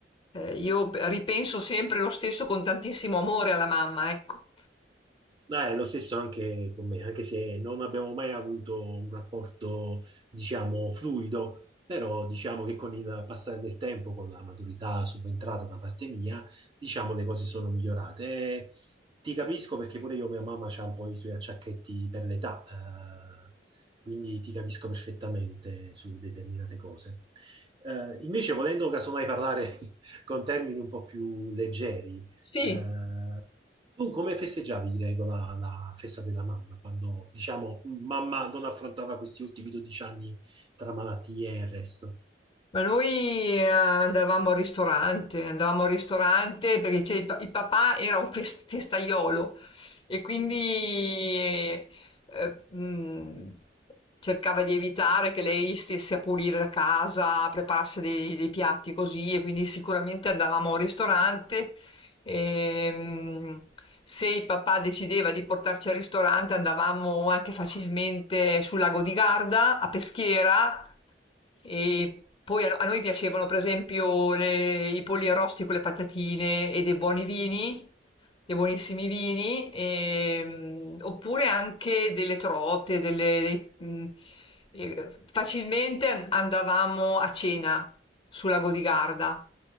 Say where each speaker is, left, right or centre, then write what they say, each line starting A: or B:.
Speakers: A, on the left; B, on the right.
A: eh, io pe- ripenso sempre lo stesso con tantissimo amore alla mamma, ecco.
B: No, è lo stesso anche con me, anche se non abbiamo mai avuto un rapporto, diciamo, fluido, però diciamo che con il passare del tempo, con la maturità subentrata da parte mia, diciamo le cose sono migliorate. E ti capisco perché pure io, mia mamma, ha un po' i suoi acciacchetti per l'età, eh, quindi ti capisco perfettamente su determinate cose. Eh, invece, volendo casomai parlare <laughs> con termini un po' più leggeri,
A: Sì.
B: eh, tu come festeggiavi, di regola, la festa della mamma, quando, diciamo, mamma non affrontava questi ultimi 12 anni tra malattie e il resto?
A: Ma noi eh, andavamo al ristorante, andavamo al ristorante perché c'è il, pa- il papà era un fes- festaiolo e quindi eh, eh, mh, cercava di evitare che lei stesse a pulire la casa, preparasse dei, dei piatti così e quindi sicuramente andavamo al ristorante Ehm, se il papà decideva di portarci al ristorante, andavamo anche facilmente sul lago di Garda, a Peschiera, e poi a, a noi piacevano, per esempio, le- i polli arrosti con le patatine e dei buoni vini, dei buonissimi vini, ehm, oppure anche delle trote, delle- dei- mh, eh, facilmente an- andavamo a cena sulla Godigarda.